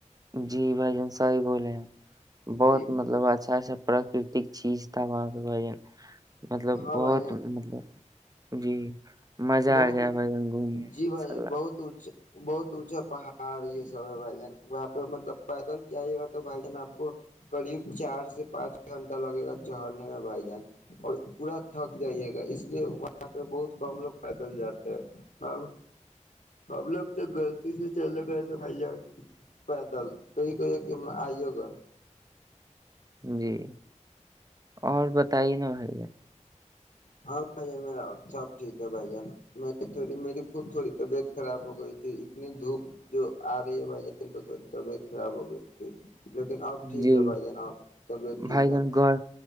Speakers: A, on the right; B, on the left.
A: جی بھائی جن سائی بولے ہیں بہت
B: جی
A: مطلب اچھا اچھا پراکرتک چیز تھا بعق ائین مطلب
B: ہاں
A: بہت
B: بھائی جان
A: مطب جی مزہ
B: بہت
A: آ گیا بھائی جان گھومنے میں
B: جی
A: انشاء
B: بھ جان
A: اللہ
B: بہت اچ بہت اونچا پہاڑ یہ سب ہے بھائی جان وہاں پہ مطلب پیدل چاہیے گا تو بھائی جان آپ کو قریب چار سے پانچ گھنٹہ لگے گا چڑھنے میں بھائی جان اور پورا تھک جائیے گا اس لیے وہاں پہ بہت کم لوگ پیدل جاتے ہے ا اب لوگ تو غلط سے چلے گ ج پیدل تو یہ کہیے کہنا آئیے گا
A: جی اور ب تائی نہاائی جا
B: ہاں بھائی جان میرا سب ٹھیک ہے بھائی جان میں تھڑی میری خود تھوڑی طبیعت خراب ہو گئی تھی اتنی دھوپ جو آ رہی ہے بھائی جان تو تھوڑی طبیعت خراب ہو گئی تھی لیکن اب ٹھیک
A: جی
B: ہے بھائی جان اب طبیعت ٹھیک
A: بھائی
B: ہے
A: جن گ